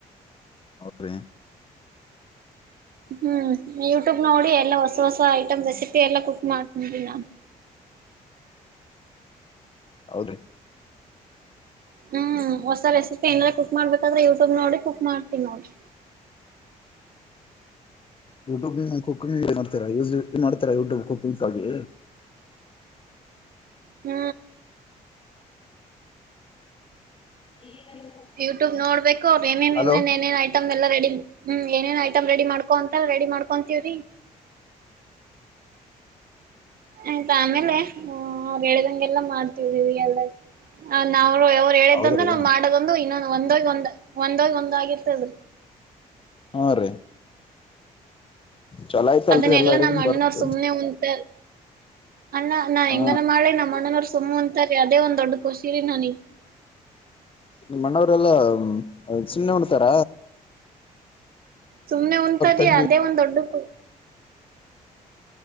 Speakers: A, on the left; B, on the right.
A: ಒಪರೇ
B: ಹ್ಮ್ ಯೂಟ್ಯೂಬ್ ನೋಡಿ ಎಲ್ಲಾ ಹೊಸ ಹೊಸ ಐಟಂ ರೆಸಿಪಿ ಎಲ್ಲ ಕುಕ್ ಮಾಡ್ತಿದಿವಿ ನಾನ್
A: ಹೌದ್ರೀ
B: ಹ್ಮ್ ಹೊಸ ರೆಸಿಪಿ ಏನಾರ ಕುಕ್ ಮಾಡಬೇಕಾದ್ರೆ ಯೂಟ್ಯೂಬ್ ನೋಡಿ ಕುಕ್ ಮಾಡ್ತೀವಿ ನೋಡಿ.
A: ಯೂಟ್ಯೂಬ್ ಕುಕಿಂಗ್ ಮಾಡ್ತಾರ ಉಸೆಸ್ ಮಾಡ್ತಿರ ಯೂಟ್ಯೂಬ್ ಕುಕಿಂಗಾಗಿ
B: ಹ್ಮ
A: <unintelligible>
B: ಯೂಟ್ಯೂಬ್ ನೋಡ್ಬೇಕು ಅದ ಏನೇನ್
A: ಹಲೋ
B: ಏನೇನ್ ಐ ಐಟಂ ಎಲ್ಲ ರೆಡಿ ಹ್ಮ್ ಏನೇನ್ ಐಟಂ ರೆಡಿ ಮಾಡಕೋಂತರ ರೆಡಿ ಮಾಡ್ಕೊಂತೀವ್ರೀ ಆಯ್ತು ಆಮೇಲೆ ಅವ್ರು ಎಳದಂಗೆಲ್ಲ ಮಾಡ ನಾವ್ರು ಅವ್ರು ಹೇಳಿದ್ದಂದು
A: ಹೌದ್ರಿ
B: ನಾವ್ ಮಾಡೋದಂದು ಇನ್ನೊ ಒಂದೋಗಿ ಒಂದ್ ಒಂದೋಗಿ ಒಂದ ಆಗತೆದ
A: ಹಾ ರೀ ಚಲೋ ಆಯ್ತಲ್ರಿ
B: ಅದನ್ನೆಲ್ಲಾ
A: ಎಲ್ಲಾ ಅಡಿಗೆ
B: ನಮ್ ಅಣ್ಣನವ್ರು
A: ಬರ್ತ
B: ಸುಮ್ನೆ ಉಂತ ಅಣ್ಣ ನಾ
A: ಹಾ
B: ಹೆಂಗನ ಮಾಡಿ ನಮ್ಮ ಅಣ್ಣನ ವರ್ಸ್ ಸುಮ್ಮು ಅಂತಾರೆ ಅದೇ ಒಂದ ದೊಡ್ ಖುಷಿರಿ ನನಗೆ
A: ನಿಮ್ಮ ಅಣ್ಣವರೆಲ್ಲ ಸುಮ್ನೆ ಹೊಡ್ತಾರ.
B: ಸುಮ್ನೆ ಉಣತಾರಿ
A: ತಂಗಿ
B: ಅದೇ ಒಂದ ದೊಡ್ಡ ಕು